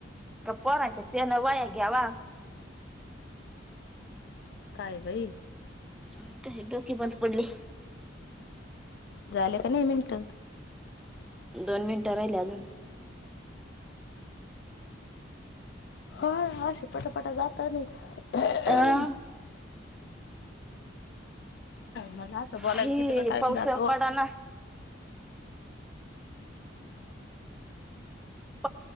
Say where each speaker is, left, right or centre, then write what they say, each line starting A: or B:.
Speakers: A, in the centre; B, on the left (about 60°).
A: का पराांचे पन वाया, ग्या वा,
B: काय बाई,
A: अनट हेडोकी बंद पडली,
B: झाले का नाही मिनट,
A: दोन मिनिटं राहिल्या अजून
B: हो ह पटापट जाता नाही
A: अ
B: मला असं बोलायला
A: हे
B: किती का टाइम
A: पाऊस
B: जातो
A: पडा ना या